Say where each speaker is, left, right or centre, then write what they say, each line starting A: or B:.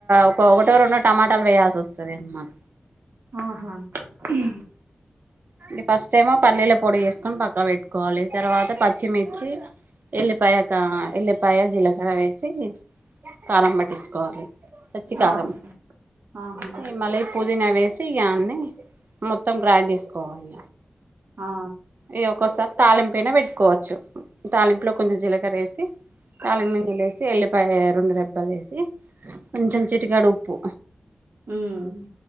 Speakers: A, on the right; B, on the right.
A: ఒక ఒకటో రెండో టమాటాలు వేయాల్సి వస్తది అన్నమాట
B: ఆహా ఉమ్
A: ఇ ఫస్ట్ టైమ పల్లీల పొడి వేసుకొని పక్కా పెట్టుకోవాలి తర్వాత పచ్చిమిర్చి ఎల్లిపాయక ఎల్లిపాయ జీలకర్ర వేసి కారం పట్టించ వాలి పచ్చికారం
B: ఆహా ఆహా
A: ఈ మళ్ళీ పుదీనా వేసి అన్ని మొత్తం గ్రాండ్ చేస్ కోవాలి
B: ఆ
A: ఇ ఒక్కోసారి తాళింపైనా పెట్టుకోవచ్చు తాలింపులో కొంచెం జీలకర్ర వేసి తాలింపు మిర్రులేసి ఎలిప్ ప రెండు రెబ్బ లేసి కొంచెం చిటికడు ఉప్పు
B: హ్మ్